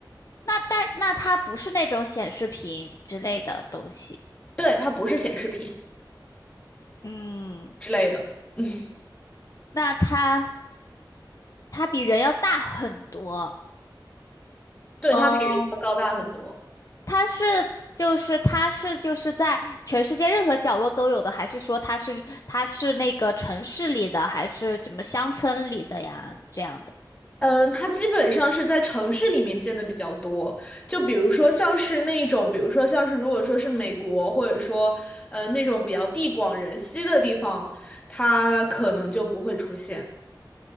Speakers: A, on the left (about 45°); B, on the left (about 15°).
A: 那但那它不是那种显示屏之类的东西，
B: 对，它不是显示屏
A: 嗯，
B: 之类的。<laughs> 嗯，
A: 那它它比人要大很多，
B: 对，
A: 嗯、
B: 它比人要高大很多。
A: 它是就是它是就是在全世界任何角落都有的，还是说它是它是那个城市里的，还是什么乡村里的呀？这样的
B: 嗯，它基本上是在城市里面见的比较多，就比如说像是那种，比如说像是如果说是美国，或者说呃那种比较地广人稀的地方，它可能就不会出现。